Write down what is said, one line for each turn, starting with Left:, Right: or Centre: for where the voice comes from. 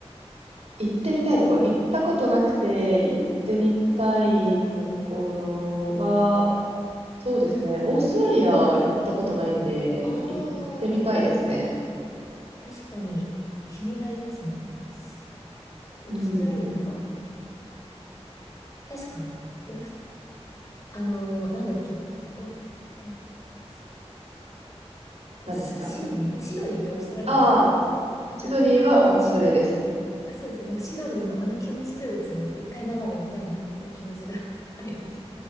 Right: 行ってみたいとこ、行ったことなくて、行ってみたいところは、そうですね。オーストラリア行ったことないんで、
Left: ああー、
Right: 行ってみたいですね。
Left: 確かに気になりますね。すオーストラリア、
Right: うん。
Left: なんか、確かに、オース、あのーなんだっけ、お、え、す
Right: 何ですか
Left: シ、シドニー、え、シドニーってオーストラリアですか
Right: ああー、
Left: 合ってます。
Right: シドニーはオーストラリアです。
Left: なんかし、あ、そうですよ。なんかシドニーのあの建築物、一回生で見たいなって気持ちが <laughs> あります。